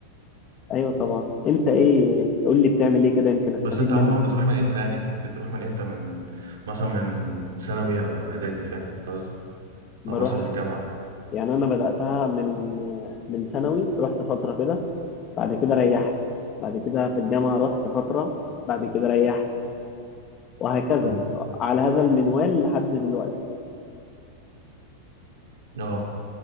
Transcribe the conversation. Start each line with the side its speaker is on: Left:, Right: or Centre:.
Left: ايوه طبعا انت ايه قول لي بتعمل ايه كده يمكن استفيد
Right: بس انت
Left: منك
Right: عموما بتروح من امتى يعني؟ بتروح من امتى من مثلا من ثانوي او اعدادي فاهم قصدي؟
Left: بروح
Right: او مثلا من الجامعة
Left: يعني انا بداتها من من ثانوي رحت فتره كده بعد كده ريحت بعد كده في الجامعه رحت فتره بعد كده ريحت وهكذا
Right: امم
Left: على هذا المنوال لحد دلوقتي
Right: اه